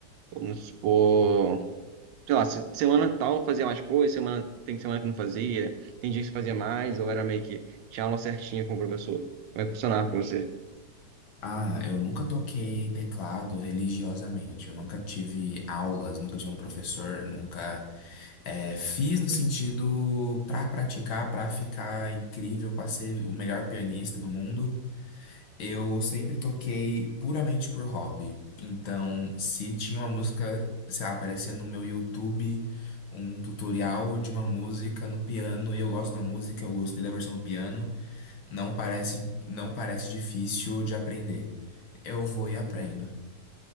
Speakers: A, on the right; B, on the left.
A: vamos supor, sei lá, se- semana tal fazia mais coisa, semana, tem semana que não fazia, tem dia que você fazia mais, ou era meio que tinha aula certinha com o professor? Como é que funcionava pra você?
B: Ah, eu nunca toquei teclado religiosamente. Eu nunca tive aulas, nunca tive um professor, nunca eh, fiz no sentido pra praticar, pra ficar incrível, pra ser o melhor pianista do mundo. Eu sempre toquei puramente por hobby. Então, se tinha uma música, sei lá, aparecia no meu YouTube um tutorial de uma música no piano e eu gosto da música, eu gostei da versão do piano. Não parece, não parece difícil de aprender. Eu vou e aprendo.